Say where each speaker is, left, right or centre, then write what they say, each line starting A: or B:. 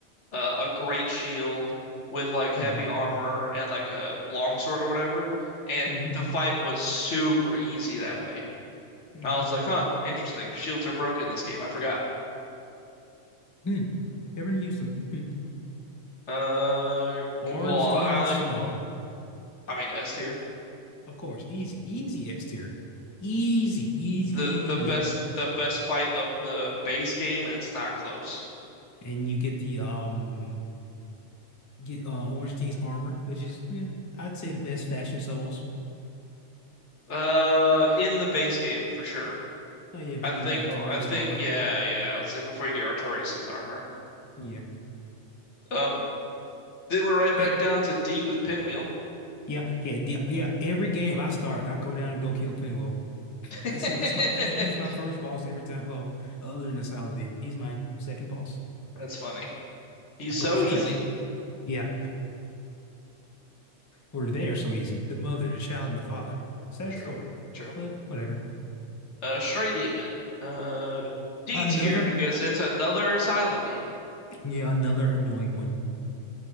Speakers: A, on the left; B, on the left.
A: uh, a great shield with like heavy
B: Mm-hmm.
A: armor and like a longsword or whatever, and
B: Mm-hmm.
A: the fight was super easy that way.
B: Mm-hmm.
A: I was like, huh, interesting. Shields are broken in this game. I forgot.
B: Hmm. Everyone used them. Hmm.
A: Uh,
B: Orange,
A: c- well,
B: Stein,
A: I
B: and
A: only
B: Smo.
A: I mean S tier.
B: Of course, easy, easy S tier, easy, easy,
A: the
B: easy,
A: the best the best fight of the base game, and it's not close.
B: and you get the um get uh Orange Team's armor, which is eh, I'd say the best fashion souls.
A: Uh, in the base game for sure.
B: Oh yeah, before
A: I think
B: you get Artorias
A: I think
B: armor,
A: yeah yeah. I'll say before you get Artorias armor.
B: yeah,
A: Um, then we're right
B: Pin,
A: back down to D with Pinwheel.
B: yeah, yeah, the, yeah. Every game I start, I go down and go kill Pinwheel.
A: <laughs>
B: That's that's my that's he's my first boss every time. Well, other than the Silent Demon, he's my second boss.
A: That's funny. He's
B: I go
A: so
B: straight.
A: easy.
B: Yeah, or they are so easy. The mother, the child, and the father. Sad
A: True,
B: story,
A: true.
B: but whatever.
A: Uh, Stray Demon. Uh, D
B: Another
A: tier because it's another Asylum Demon.
B: Yeah, another annoying one.